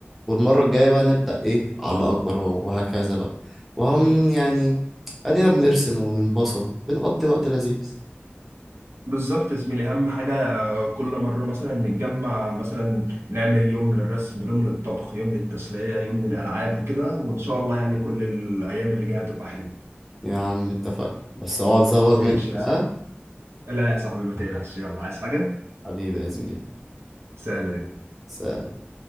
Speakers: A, in the centre; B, on the right (about 80°).
A: والمرة الجاية بقى نبدأ إيه على أكبر وهكذا بقى وهم يعني أدينا بنرسم وننبسط بنقضي وقت لذيذ
B: بالظبط يا زميلي اهم حاجه كل مره مثلا نتجمع مثلا نعمل يوم للرسم يوم للطبخ يوم للتسليه يوم للالعاب وكده وان شاء الله يعني كل الايام اللي جايه هتبقى حلوه
A: يا عم اتفقنا بس اوعى تزوغ
B: ماشي
A: مني
B: يا
A: ها
B: صاحبي لا يا صاحبي ما تقلقش يلا عايز حاجه
A: حبيبي يا زميلي
B: سهله
A: سلام